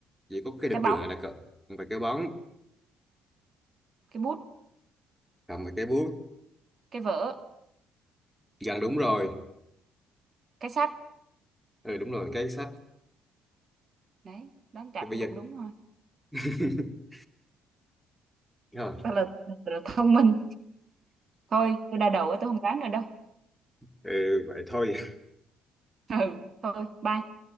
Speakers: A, in the centre; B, on the right.
A: chỉ có cái đực
B: cái bóng
A: rửa là cờ còn về cái bóng
B: cái bút
A: còn về cái bút
B: cái vở
A: gần đúng rồi
B: cái sách
A: ừ đúng rồi cái sách
B: đấy đoán chặt
A: thì bây
B: cũng
A: giờ
B: cũng đúng thôi
A: <laughs> rồi
B: ta là, ta là thông minh thôi tôi đau đầu quá, tôi không đoán nữa đâu
A: ừ, vậy thôi
B: ừ thôi bye